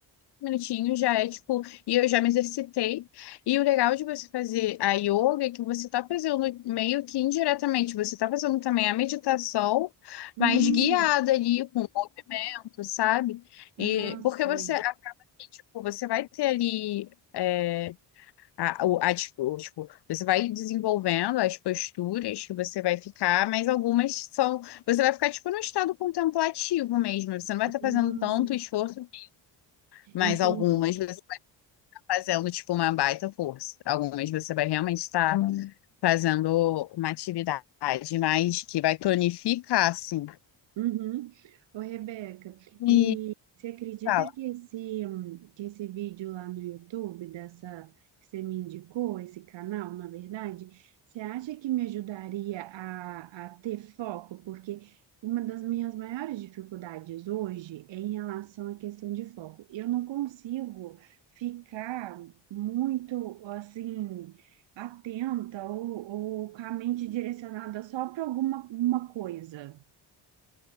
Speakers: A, on the left; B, on the right.
A: minutinhos já é tipo, e eu já me exercitei. E o legal de você fazer a yoga é que você está fazendo meio que indiretamente, você está fazendo também a meditação,
B: Hum.
A: mas guiada ali com movimento, sabe? E
B: Ah, sei.
A: porque você tipo, você vai ter ali é, a, o- a dis- o- tipo, você vai desenvolvendo as posturas que você vai ficar, mas algumas são, você vai ficar tipo no estado contemplativo mesmo, você não vai estar fazendo
B: Hum,
A: tanto esforço, mas
B: entendi.
A: algumas você está fazendo tipo uma baita força, algumas você vai realmente estar fazendo uma atividade mais que vai tonificar assim.
B: Uhum. Ô, Rebeca, e
A: E
B: você acredita
A: fala,
B: que esse, hum, que esse vídeo lá no YouTube, dessa que você me indicou, esse canal, na verdade, você acha que me ajudaria a, a ter foco? Porque uma das minhas maiores dificuldades hoje é em relação à questão de foco. Eu não consigo ficar muito, assim, atenta ou, ou com a mente direcionada só para alguma uma coisa.